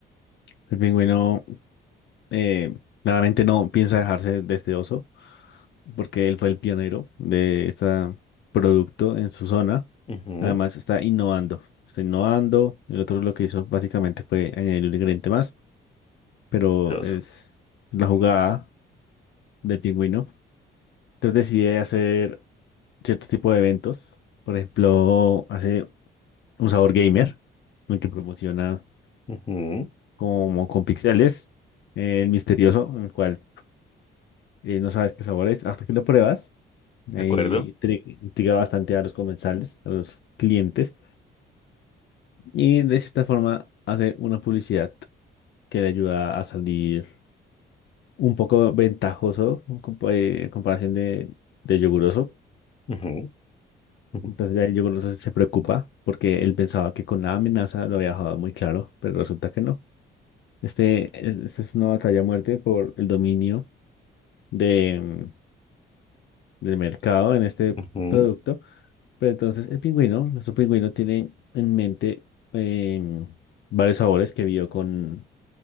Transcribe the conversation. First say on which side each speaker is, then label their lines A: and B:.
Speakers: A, on the left; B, on the left.
A: el pingüino eh, claramente no piensa dejarse de este oso porque él fue el pionero de este producto en su zona.
B: Ujú,
A: Además está innovando, está innovando. El otro lo que hizo básicamente fue añadir un ingrediente más pero
B: Los.
A: es la jugada del pingüino. Entonces decide hacer cierto tipo de eventos. Por ejemplo, hace un sabor gamer, en el que promociona
B: ujú,
A: como con pixeles eh, el misterioso, en el cual eh, no sabes qué sabor es hasta que lo pruebas. Ahí
B: ¿De acuerdo?
A: intri- intriga bastante a los comensales, a los clientes. Y de cierta forma hace una publicidad que le ayuda a salir un poco ventajoso en compa- eh, en comparación de, de yoguroso
B: Ujú, ujú,
A: Entonces ya yo creo que se preocupa porque él pensaba que con la amenaza lo había dejado muy claro, pero resulta que no. Este, es- esta es una batalla a muerte por el dominio de, mm, del mercado en este
B: ujú.
A: producto. Pero entonces el pingüino, nuestro pingüino tiene en mente em, varios sabores que vio con,